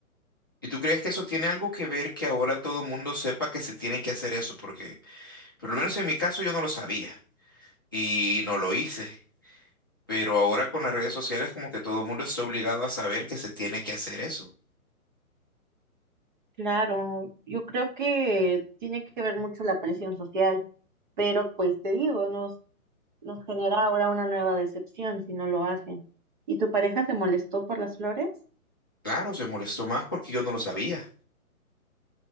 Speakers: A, on the left; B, on the right.
A: ¿Y tú crees que eso tiene algo que ver que ahora todo mundo sepa que se tiene que hacer eso? Porque, por lo menos en mi caso, yo no lo sabía y no lo hice. Pero ahora con las redes sociales como que todo el mundo está obligado a saber que se tiene que hacer eso.
B: Claro, yo creo que tiene que ver mucho la presión social, pero pues te digo, nos, nos genera ahora una nueva decepción si no lo hacen. ¿Y tu pareja se molestó por las flores?
A: Claro, se molestó más porque yo no lo sabía.